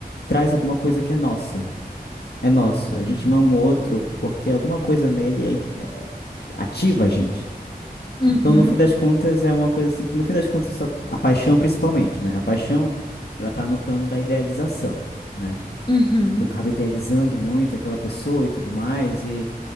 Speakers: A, on the left; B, on the left.
A: traz alguma coisa que é nossa, é nosso. A gente
B: sim,
A: ama o outro porque alguma coisa nele é, im- é- ativa a gente.
B: uhum,
A: Então, no fim das contas, é uma coisa assim que, no fim das contas, só- a paixão principalmente, né? A paixão, ela tá no plano da idealização, né?
B: uhum,
A: E tu acaba idealizando muito aquela pessoa e tudo mais, e,